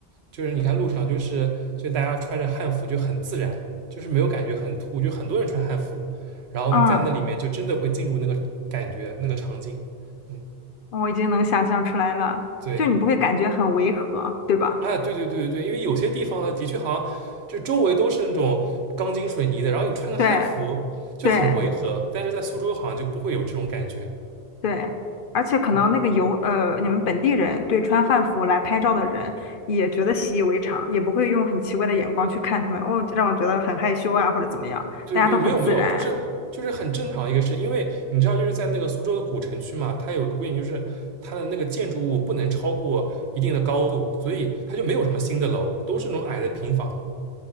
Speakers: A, on the right; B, on the left.
A: 就是你看路上，就是就大家穿着汉服就很自然，就是没有感觉很突兀，就很多人穿汉服，然后你在那里面就真的会进入那个感觉那个场景。
B: 嗯，
A: 嗯，
B: 我已经能想象出来了，
A: 对。
B: 就你不会感觉很违和，对吧？
A: 哎，对对对对对，因为有些地方呢，的确好像就周围都是那种钢筋水泥的，然后你穿个汉服就很违和，
B: 对对。
A: 但是在苏州好像就不会有这种感觉。
B: 对，而且可能那个游呃，
A: 嗯，
B: 你们本地人对穿汉服来拍照的人也觉得习以为常，也不会用很奇怪的眼光去看他们，哦，让我觉得很害羞啊，或者怎么样，
A: 对对，
B: 大家都很自然。
A: 没有没有，就是就是很正常一个事，因为你知道就是在那个苏州的古城区嘛，它有个规定，就是它的那个建筑物不能超过一定的高度，所以它就没有什么新的楼，都是那种矮的平房。